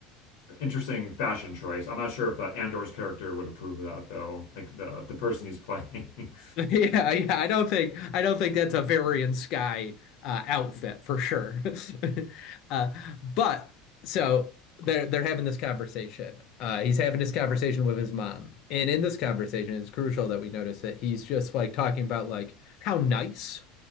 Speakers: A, on the left; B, on the left.
A: Interesting fashion choice. I'm not sure if uh, Andor's character would approve of that though, like the the person he's playing. <laughs>
B: <laughs> Yeah, yeah, I don't think I don't think that's a Varian Sky uh, outfit for sure. <laughs> Uh, but so they're they're having this conversation. Uh, he's having this conversation with his mom, and in this conversation, it's crucial that we notice that he's just like talking about like how nice